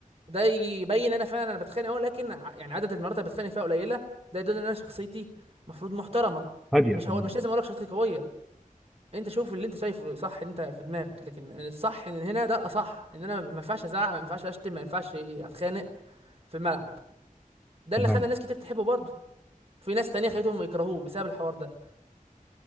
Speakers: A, on the right (about 45°); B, in the centre.
A: وده يبين انا فعلا انا بتخانق اهو لكن ع- يعني عدد المرات اللي بتخانق فيها قليلة ده يدل ان انا شخصيتي مفروض محترمة
B: هاديه
A: مش
B: تمام
A: هو مش لازم اقول لك شخصيتي قوية انت شوف اللي انت شايفه صح انت في دماغك لكن الصح ان هنا ده الاصح ان انا ما ينفعش ازعق ما ينفعش اشتم ما ينفعش اتخانق في الملعب ده
B: تمام
A: اللي خلى ناس كتير تحبه برضه في ناس تانية خليتهم يكرهوه بسبب الحوار ده